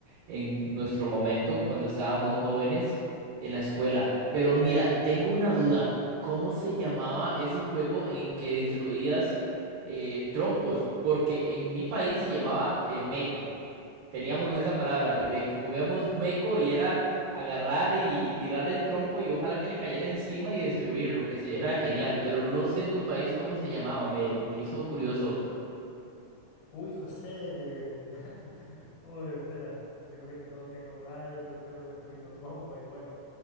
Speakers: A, on the right (about 80°); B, on the left (about 80°).
A: en nuestro momento cuando estábamos jóvenes en la escuela. Pero mira, tengo una duda. ¿Cómo se llamaba ese juego en que destruías eh, trompos? Porque en mi país se llamaba eh, Meco. Teníamos esa palabra de que juguemos meco y era agarrar y tirar el trompo y ojalá que le cayera encima y destruirlo, que se- era genial, pero no sé en tu país cómo se llamaba, me, me hizo curioso.
B: Uy, José. eh, <laughs> Uy, espera. Primero que todo, tengo varios recuerdos destruyendo trompo y bueno,